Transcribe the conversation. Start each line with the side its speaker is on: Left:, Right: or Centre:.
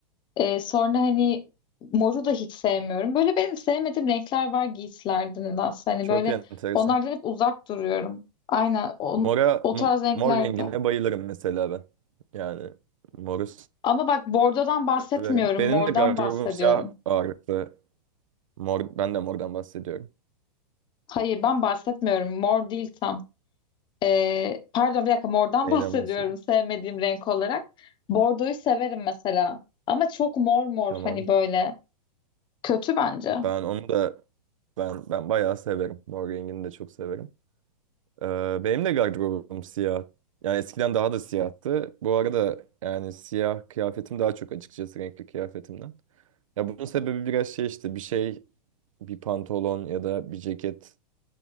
Left: Ee, sonra hani moru da hiç sevmiyorum. Böyle benim sevmediğim renkler var giysilerde nedense. Hani
Right: çok
Left: böyle
Right: enteresan.
Left: onlardan hep uzak duruyorum. Aynen o,
Right: Mora,
Left: o
Right: m-
Left: tarz renklerde.
Right: mor rengine bayılırım mesela ben. Yani moru
Left: Ama bak bordodan bahsetmiyorum.
Right: severim. Benim
Left: Mordan
Right: de gardırobum
Left: bahsediyorum.
Right: siyah ağırlıklı. Mor, ben de mordan bahsediyorum.
Left: Hayır ben bahsetmiyorum. Mor değil tam. Ee, pardon bir dakika mordan
Right: Neyden
Left: <laughs> bahsediyorum
Right: bahsediyorum?
Left: sevmediğim renk olarak. Bordoyu severim mesela. Ama çok mor mor
Right: Tamam.
Left: hani böyle kötü bence.
Right: Ben onu da ben ben bayağı severim. Mor rengini de çok severim. Ee, benim de gardırobum siyah. Yani eskiden daha da siyahtı. Bu arada yani siyah kıyafetim daha çok açıkçası renkli kıyafetimden. Ya bunun sebebi biraz şey işte bir şey bir pantolon ya da bir ceket